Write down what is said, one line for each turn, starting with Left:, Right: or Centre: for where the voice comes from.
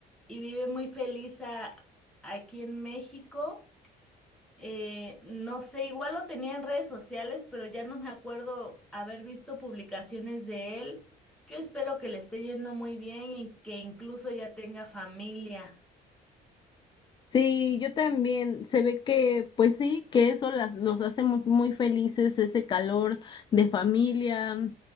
Centre: y vive muy feliz a- aquí en México. Eh, no sé, igual lo tenía en redes sociales, pero ya no me acuerdo haber visto publicaciones de él. Yo espero que le esté yendo muy bien y que incluso ya tenga familia.
Left: Sí, yo también. Se ve que, pues sí, que eso las, los hace muy, muy felices, ese calor de familia